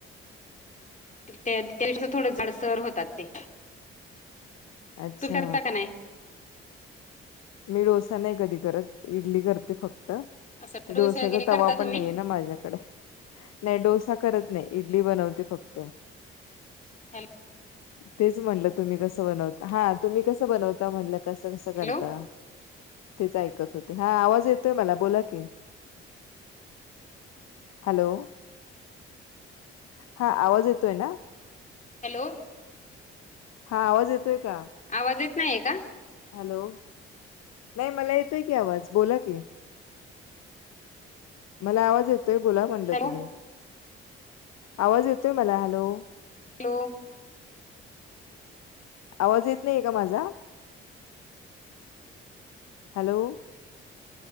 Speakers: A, on the left (about 25°); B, on the left (about 60°).
A: त्या <unintelligible> थोडं जाडसर होतात ते.
B: अच्छा!
A: तू करता का नाही
B: मी डोसा नाही कधी करत, इडली करते फक्त.
A: असं
B: ते डोस्याचा
A: डोसे वगैरे करता
B: तवा
A: तुम्ही
B: पण नाहीये ना माझ्याकडे. नाही डोसा करत नाही, इडली बनवते फक्त.
A: हॅलो
B: तेच म्हणलं तुम्ही कस बनवता? हा, तुम्ही कस बनवता म्हणलं कसं कसं
A: हॅलो
B: करता? तेच ऐकत होते, हा, आवाज येतोय मला बोला की हॅलो? हा, आवाज येतोय ना?
A: हॅलो?
B: हा, आवाज येतोय का?
A: आवाज येत नाहीये का?
B: हॅलो? नाही मला येतोय की आवाज, बोला की. मला आवाज येतोय बोला म्हणलं
A: हॅलो
B: तुम्ही, आवाज येतोय मला हॅलो.
A: हॅलो?
B: आवाज येत नाहीये का माझा? हॅलो